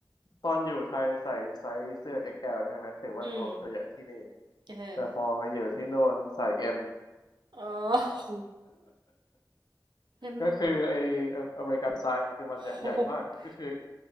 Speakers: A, on the left (about 65°); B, on the right (about 85°).
A: ตอนอยู่ไทยใส่ไซส์เสื้อ XL ใช่ไหมถือว่าตัวตัวใหญ่ที่นี่
B: อืมเออ
A: แต่พอไปอยู่ที่โน่นใส่ M <laughs>
B: อ๋อโหงั้น
A: ก็คือไออเมริกันไซส์คือมันใหญ่ใหญ่มากก็คือ
B: <laughs> โห